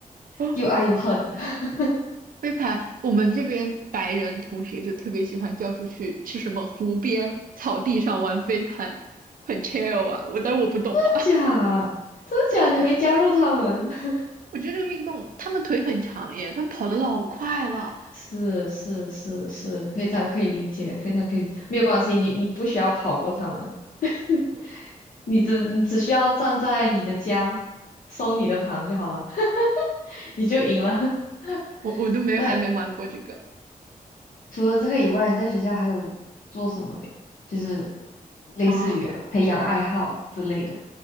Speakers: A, on the right (about 65°); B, on the left (about 65°).
A: 哦，
B: 又爱又恨。<laughs>
A: 飞盘。我们这边白人同学就特别喜欢叫出去去什么湖边草地上玩飞盘，很 chill 啊。我但是我不懂啊。
B: 假，
A: <laughs>
B: 真的假？
A: 对，
B: 你没加入他们？<laughs>
A: 我觉得这个运动，他们腿很长耶，他们跑的老快了。
B: 是是是是，非常可以理解，非常可以理解，没有关系，你你不需要跑过他们，<laughs> 你只你只需要站在你的家，收你的旁就好了，<laughs> 你就赢了。<laughs>
A: 我我都没有还没玩过这个
B: 那除了这个以外，你在学校还有做什么？就是类似于培养爱好之类的。
A: 啊。